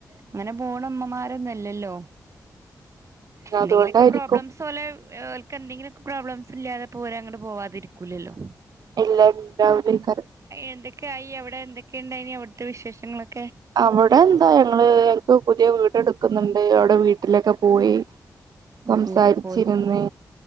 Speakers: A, on the right; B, on the right.
A: അങ്ങനെ പോണ ഉമ്മമാരൊന്നുല്ലല്ലോ എന്തെങ്കിലൊക്കെ
B: അതുകൊണ്ടായിരിക്കും
A: പ്രോബ്ലംസ് ഓലെ- ഓലക്ക് എന്തെങ്കിലൊക്കെ പ്രോബ്ലംസ് ഇല്ലാതെ പോര അങ്ങോട്ട് പോവാതിരിക്കൂല്ലല്ലോ-
B: എല്ലവരും ഡൗളി കർ-
A: എന്തൊക്കെയി അവിടെ എന്തൊക്കെണ്ടായിനി അവിടുത്തെ വിശേഷങ്ങള്-
B: അവ്ടെന്താ ഞങ്ങള് ഞങ് ക്ക് പുതിയ വീടെട്ക്ക്ന്ന്ണ്ട്. അവടെ വീട്ടിലക്കെ പോയി.
A: വീട്ടിലൊക്കെ
B: സംസാരിച്ചിരുന്ന്
A: പോയി